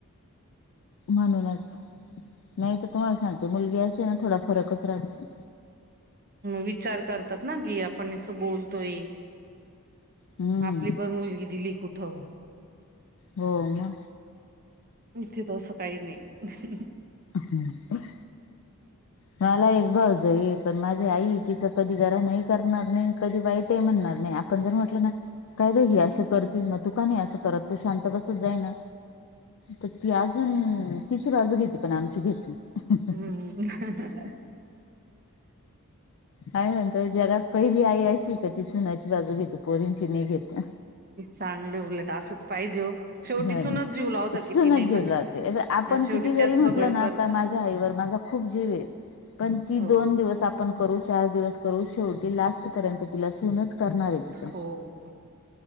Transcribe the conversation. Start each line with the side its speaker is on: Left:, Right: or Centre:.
Left: म्हणूनच नाही तर तुम्हाला सांगते मुलगी असते ना थोडा फरकच राहतो.
Right: विचार करतात ना की आपण कस बोलतोय.
Left: हम्म
Right: आपली पण मुलगी दिली कुठं
Left: हो मग..
Right: इथे तसं काही नाही..
Left: हम् <unintelligible> मला एक भाऊजये पण माझी आई तिच कधी घरा नाही. करणार नाही. कधी वाईट म्हणणार नाही. आपण जर म्हटलं ना तर, काय ग हे अस करतीन मग तु का नाय असं करत तू शांत बसत जाईना तर ती अजून तिची बाजू घेती. पण आमची घेत. ह हं
Right: हम्म ह ह
Left: काय आहे ना जगात पहिली आई अशी की ती सुनची बाजू घेते पोरीनशी नाही घेत.
Right: चांगलं उलट असंच. पाहिजे...... शेवटी
Left: ह
Right: सुूनच जीव लावता
Left: सुनच
Right: की ती नाही
Left: जीव
Right: म्हटलं
Left: लावते
Right: तरी
Left: आपण
Right: आणि शेवटी
Left: किती जरी
Right: त्याच
Left: म्हटलं
Right: सगळं
Left: ना
Right: करत्यात.
Left: माझ्या आईवर माझा खूप जीव आहे पण ती
Right: हो
Left: दोन दिवस आपण करू चार दिवस करू शेवटी लास्ट पर्यंत तिला सुनच. करणारये तिथ
Right: हो हम्म